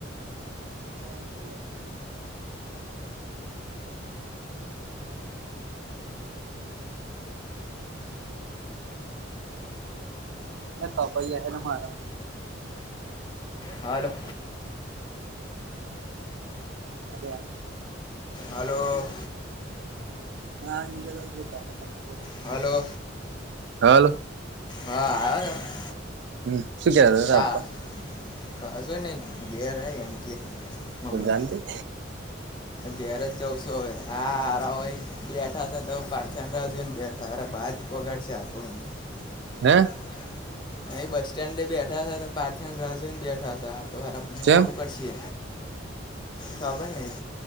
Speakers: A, on the right (about 65°); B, on the left (about 25°).
A: ચા. ના કાપાઈ હને મારા.
B: હ હાલલો.
A: અ.
B: હલો.
A: <unintelligible>
B: હલો
A: હાલો
B: હા આયા છ.
A: હમ શું કેતા તારા
B: તા
A: પપ્પા
B: કશું નઇ ઘેર હઇ એમ કે. મમ્મી
A: ત જાની તું.
B: ઘેર જ જઉં છું હવે આ હરાઓએ બેઠા છે તો પાચ છ ની રાહ જોઈને બેઠા હારા બાજ. વગાડ છે આતો ગઈ.
A: હે
B: <inaudible> અહી બસ સ્ટેન્ડ એ બેઠા છે તો પાર્થન ની રાહ જોઈને બેઠા છ હાલ. તો હારા મોડું
A: કેમ
B: કરશે ખબર નઇસ.